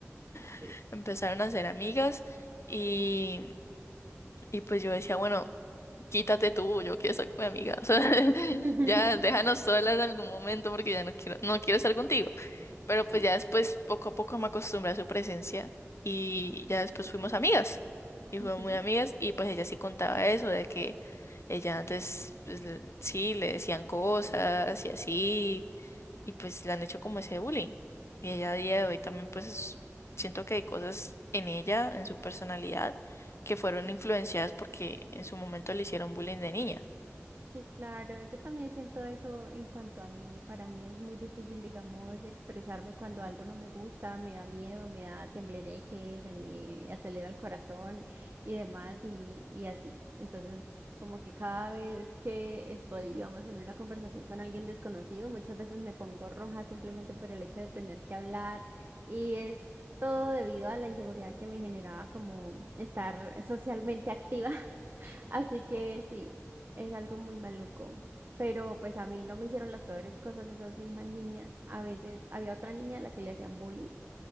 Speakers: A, on the left; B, on the right.
A: <laughs>
B: Sí.
A: empezaron a ser amigas y, y pues yo decía, bueno, quítate tú, yo quiero estar con mi amiga, <laughs> o sea,
B: <laughs>
A: ya déjanos solas en algún momento porque ya no quiero, no quiero estar contigo. Pero pues
B: Sí.
A: ya después, poco a poco me acostumbré a su presencia y ya después fuimos amigas. Y
B: Ujú.
A: fuimos muy amigas y pues ella sí contaba eso, de que ella antes, pues le- sí, le decían cosas y así, y pues le han hecho como ese bullying. Y ella a día de hoy también pues es- siento que hay cosas en ella, en su personalidad, que fueron influenciadas porque en su momento le hicieron bullying de niña.
B: Sí, claro, yo también siento eso en cuanto a mí. Para mí es muy difícil, digamos, expresarme cuando algo no me gusta, me da miedo, me da temblereque, se me acelera el corazón y demás y, y así. Entonces, como que cada vez que estoy, digamos, en una conversación con alguien desconocido, muchas veces me pongo roja simplemente por el hecho de tener que hablar y es todo debido a la inseguridad que me generaba como estar socialmente activa. <laughs> Así que sí, es algo muy maluco. Pero pues a mí no me hicieron las peores cosas esas mismas niñas. A veces había otra niña a la que le hacían bullying,